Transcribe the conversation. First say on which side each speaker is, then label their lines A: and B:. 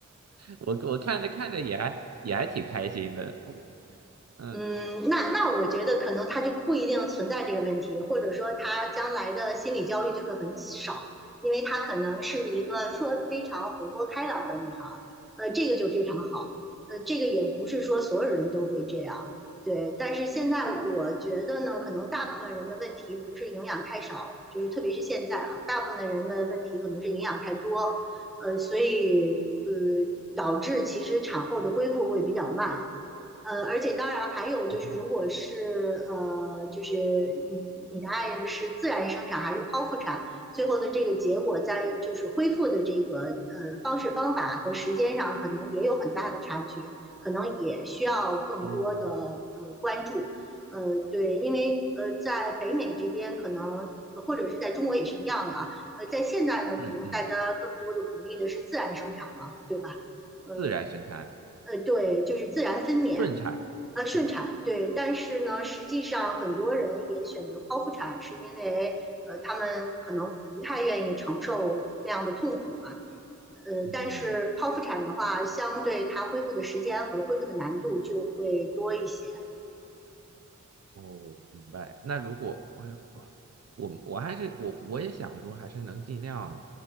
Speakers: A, on the right; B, in the centre.
A: 我我看着看着也还也还挺开心的，不过嗯
B: 嗯，那那我觉得可能她就不一定存在这个问题，或者说她将来的心理焦虑就会很少，因为她可能是一个特非常活泼开朗的女孩呃，这个就非常好，呃，这个也不是说所有人都会这样，对。但是现在我觉得呢，可能大部分人的问题不是营养太少，就是特别是现在啊，大部分人的问题可能是营养太多，呃，所以呃，导致其实产后的恢复会比较慢。呃，而且当然还有就是，
A: 哦
B: 如果是呃，就是你你的爱人是自然生产还是剖腹产，最后的这个结果在就是恢复的这个呃方式方法和时间上，可能也有很大的差距，可能也需要更多的呃关注。
A: 哦
B: 呃，对，因为呃在北美这边可能。或者是在中国也是一样的啊，呃，在现在呢，
A: 嗯嗯，
B: 可能大家更多的鼓励的是自然生产嘛，对吧？嗯，
A: 自然生产
B: 呃呃，对，就是自然分娩，
A: 顺产，
B: 呃，顺产，
A: 嗯
B: 对。但是呢，实际上很多人也选择剖腹产，是因为呃，他们可能不太愿意承受那样的痛苦嘛。呃，
A: 嗯。
B: 但是剖腹产的话，相对它恢复的时间和恢复的难度就会多一些。
A: 哦，明白。那如果我我我还是我我也想说，还是能尽量